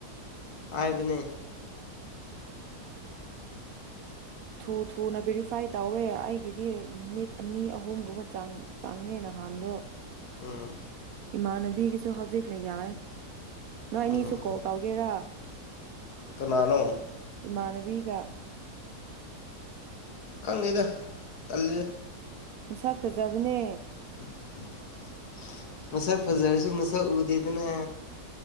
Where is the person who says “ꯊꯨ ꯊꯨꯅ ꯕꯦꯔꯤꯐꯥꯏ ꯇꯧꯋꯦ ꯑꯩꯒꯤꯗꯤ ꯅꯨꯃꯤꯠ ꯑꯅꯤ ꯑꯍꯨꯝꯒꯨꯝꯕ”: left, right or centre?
Right